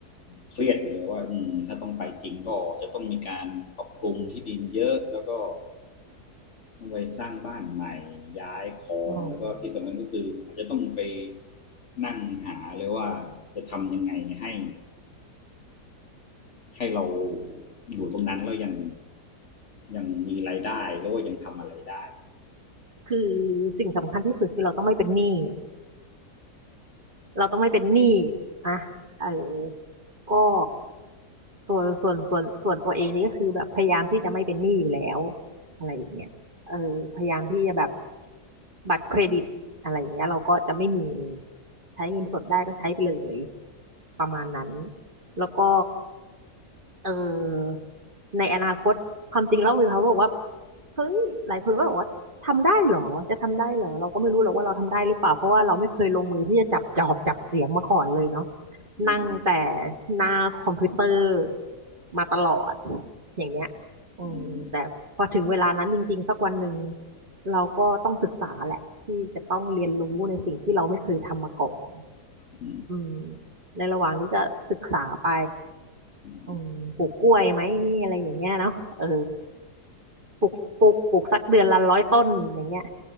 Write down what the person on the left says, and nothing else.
เครียดอยู่เลยว่าอืมถ้าต้องไปจริงก็จะต้องมีการปรับปรุงที่ดินเยอะแล้วก็ ต้องไปสร้างบ้านใหม่ย้ายของแล้วก็ที่สำคัญก็คืออาจจะต้องไป
นั่งหาเลยว่าจะทำยังไงให้ให้เราอยู่ตรงนั้นแล้วยังยังมีรายได้หรือว่ายังทำอะไรได้
อืม
อืม
อื
ม